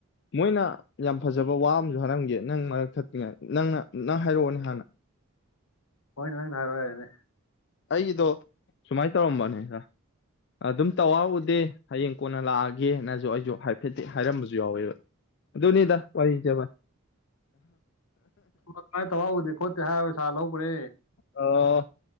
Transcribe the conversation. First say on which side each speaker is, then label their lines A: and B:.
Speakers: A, on the left; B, on the left.
A: ꯃꯣꯏꯅ ꯌꯥꯝ ꯐꯖꯕ ꯋꯥ ꯑꯃꯁꯨ ꯍꯥꯏꯔꯝꯒꯦ ꯅꯪ ꯃꯔꯛ ꯊꯛꯇ꯭ꯔꯤꯉꯩ ꯅꯪꯅ ꯅꯪ ꯍꯥꯏꯔꯛꯑꯣꯅꯦ ꯍꯥꯟꯅ
B: ꯍꯣꯏ ꯅꯪ ꯙꯔ ꯋꯥꯅꯦ
A: ꯑꯩꯒꯤꯗꯣ ꯁꯨꯃꯥꯏꯅ ꯇꯧꯔꯝꯕꯅꯤꯅ ꯑꯗꯨꯝ ꯇꯧꯔꯎꯗꯦ ꯍꯌꯦꯡ ꯀꯣꯟꯅ ꯂꯥꯛꯑꯒꯦꯅꯁꯨ ꯑꯩꯁꯨ ꯍꯥꯏꯐꯦꯠꯇ ꯍꯥꯏꯔꯝꯕꯁꯨ ꯌꯥꯎꯋꯦꯕ ꯅꯤꯗ ꯋꯥꯔꯤꯖꯕ
B: ꯀꯃꯥꯏꯅ ꯇꯧꯍꯎꯗꯦ ꯈꯣꯠꯇꯦ ꯍꯥꯏꯔ ꯁꯥꯥ ꯂꯧꯈ꯭ꯔꯦ
A: ꯑꯣ